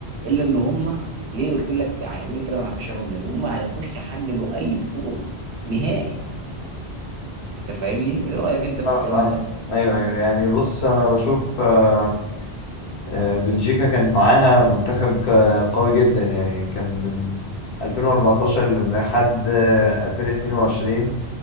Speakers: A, on the right; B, on the left.
A: الا ان هم ليه قلت لك عايزين نتكلم عن فشلهم لان هم ما عرفوش يحققوا اي بطوله نهائي انت فاهمني ايه رايك انت في
B: أنا
A: الكلام
B: معاك
A: ده
B: أيوه أيوه يعني بص أنا بشوف آه، آه، بلجيكا كان معاها منتخب ك- قوي جدا يعني كان من 2014 لحد آه، 2022